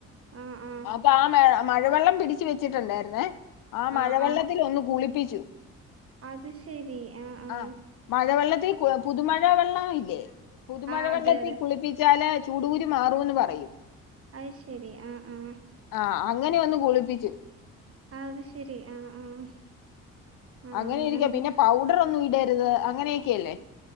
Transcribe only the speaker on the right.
ആഹ് ആഹ്
ആഹ് ആഹ്
അത് ശെരി ആഹ് ആഹ്
ആഹ് അതെ അതെ
അയ് ശരി ആഹ് ആഹ്
അത് ശെരി ആഹ് ആഹ് ആഹ്
അങ്ങനെണ്